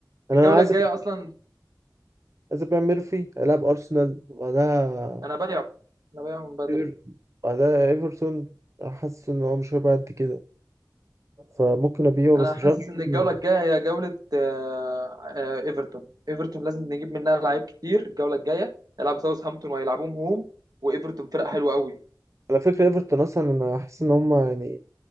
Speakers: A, on the right (about 40°); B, on the right (about 55°).
A: يعني
B: الجوله
A: أنا عايز
B: الجايه
A: أبيع
B: اصلا
A: عايز أبيع ميرفي ألعب أرسنال وبعدها
B: انا بايعه انا بايعه من بدري
A: إيفر- بعدها إيفرتون حاسس إن هو مش هيبقى قد كده فممكن أبيعه
B: انا
A: بس
B: حاسس
A: مش عارف أجيب
B: ان الجوله
A: مين
B: الجايه هي جوله آه، آه، ايفرتون ايفرتون لازم نجيب منها لعيب كتير الجوله الجايه هيلعبوا ساوث هامبتون وهيلعبوهم هوم وايفرتون فرقه حلوه قوي
A: على فكرة ايفرتون اصلا لما حاسس ان هم يعني